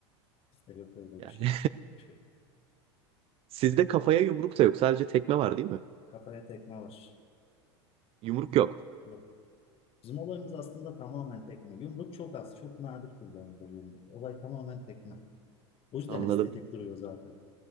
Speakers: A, on the left (about 40°); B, on the right (about 40°).
A: Bizde yok öyle
B: Yani
A: bir şey. <laughs>
B: <laughs> sizde kafaya yumruk da yok. Sadece tekme var, değil mi?
A: Kafaya tekme var.
B: Yumruk yok.
A: Yok. Bizim olayımız aslında tamamen tekme. Yumruk çok az, çok nadir kullanılır yumruk. Olay tamamen tekme. O yüzden
B: Anladım.
A: estetik duruyor zaten.